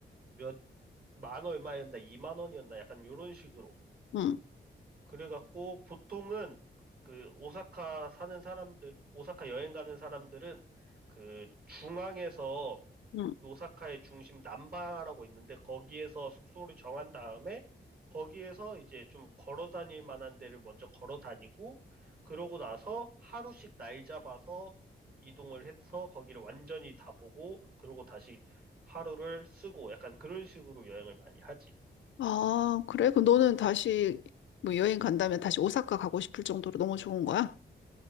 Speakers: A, on the right; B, on the left.
A: 몇 만 얼마였나 2만 원이었나 약간 요런 식으로.
B: 응.
A: 그래갖고 보통은 그 오사카 사는 사람들, 오사카 여행 가는 사람들은 그 중앙에서
B: 응.
A: 오사카의 중심 남바라고 있는데 거기에서 숙소를 정한 다음에 거기에서 이제 좀 걸어 다닐 만한 데를 먼저 걸어 다니고 그러고 나서 하루씩 날 잡아서 이동을 해서 거기를 완전히 다 보고 그러고 다시 하루를 쓰고 약간 그런 식으로 여행을 많이 하지.
B: 아, 그래? 그럼 너는 다시 뭐 여행 간다면 다시 오사카 가고 싶을 정도로 너무 좋은 거야?